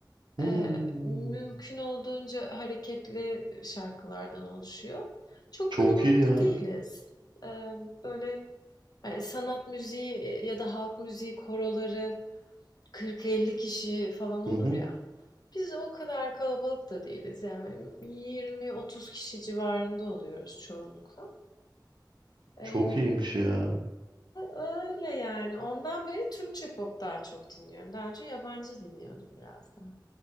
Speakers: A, on the right; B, on the left.
A: Hmm.
B: Eee, mümkün olduğunca hareketli şarkılardan oluşuyor. Çok
A: Çok
B: kalabalık
A: iyi ya.
B: da değiliz. Emm, böyle, eee, sanat müziği, ya da halk müziği koroları 40-50 kişi falan olur
A: Hı hı.
B: ya, biz o kadar kalabalık da değiliz. Yani 20-30 kişi civarında oluyoruz çoğunlukla. Eee,
A: Çok iyiymiş ya.
B: öyle yani. Ondan beri Türkçe pop daha çok dinliyorum. Daha önce yabancı dinliyordum biraz daha.